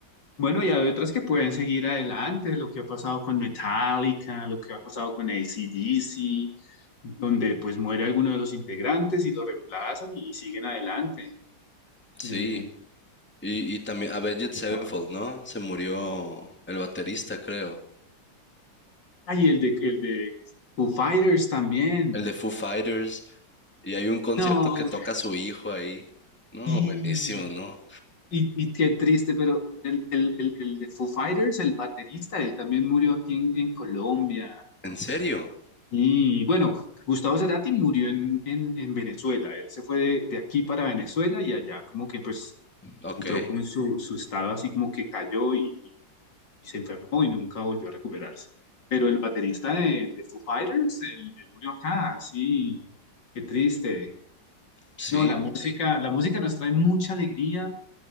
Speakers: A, on the left; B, in the centre.
A: Bueno, y hay otras que pueden seguir adelante, lo que ha pasado con Metallica, lo que ha pasado con AC/DC, donde pues muere alguno de los integrantes y lo reemplazan y siguen adelante.
B: Sí.
A: Eh,
B: Y, y también Avenged
A: afortunados.
B: Sevenfold, ¿no? Se murió el baterista, creo.
A: Ah, y el de, el de Foo Fighters también.
B: el de Foo Fighters, y hay un concierto
A: No,
B: que toca su hijo ahí. No,
A: sí.
B: buenísimo, ¿no?
A: Y, y qué triste, pero el, el, el, el de Foo Fighters, el baterista, él también murió aquí en, en Colombia.
B: ¿En serio?
A: Y bueno, Gustavo Cerati murió en, en, en Venezuela. Él se fue de, de aquí para Venezuela y allá como que pues
B: Ok,
A: entró con su, su estado así como que cayó y, y- y se enfermó y nunca volvió a recuperarse. Pero el baterista de, de Foo Fighters, él, él murió acá, sí, qué triste.
B: sí,
A: No, la música, la música nos trae mucha alegría